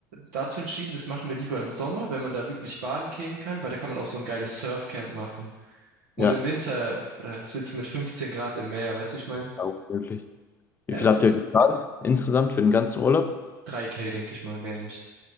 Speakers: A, on the right; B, on the left.
A: dazu entschieden, das machen wir lieber im Sommer, wenn man da wirklich baden gehen kann, weil da kann man auch so ein geiles Surfcamp machen. Und
B: Ja,
A: im Winter, oder was willst du mit 15 Grad im Meer, weißt du, ich mein?
B: ja, wirklich. Wie
A: Ja,
B: viel
A: es
B: habt
A: ist
B: ihr gezahlt insgesamt für den ganzen Urlaub?
A: 3K, denke ich mal, mehr nicht.